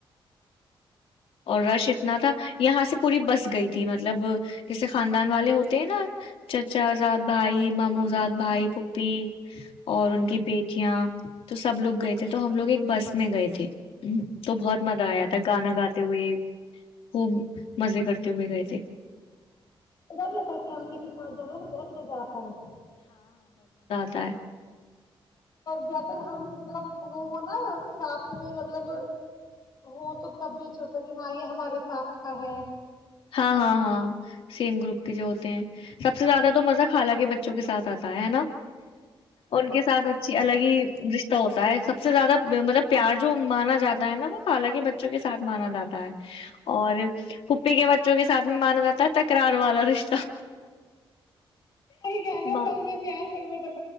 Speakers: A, on the left; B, on the left.
A: اور رش اتنا تھا یہاں سے پوری بس گئی تھی مطلب جسے خاندان والے ہوتے نا چچا زاد بھائی ماموںزاد بھائی پھپھی اور ان کی بیٹیاں تو سب لوگ گئے تھے تو ہم لوگ ایک بس میں گئے تھے تو بہت مزہ آیا تھا گانا گاتا خوب مزے کرتے ہوئے گئے تھ
B: اا بھی اپ فمے تو ہاں جانا میں بہت مزہ آتا ہے
A: سار
B: جہ تک ہم ایک دم وہ ہو نا ساتھ میں مطلب ہو تو تب بھی اچھا ہوتا کہ ہاں یہ ہمارے ساتھ کا ہے
A: ہاں ہاں ہاں سیم گروپ جو ہوتے ہیں سب سے زیادہ تو مزہ کالا کے بچے چ کےاتھ آتے ہے نا ان کے ساتھ اچھی الگ ہی رشتہ ہوتا ہے سب سے زیادہ مطلب پیار جو مانا جاتا ہے نا وہ الالگ کے بچوں کے ساتھ مانا جاتا ہے اور وں کے سھ میں مانا جا ہے تکرار والا رشہ
B: ا کہہ رہ ہو
A: ماں
B: پروے تیار کروے تک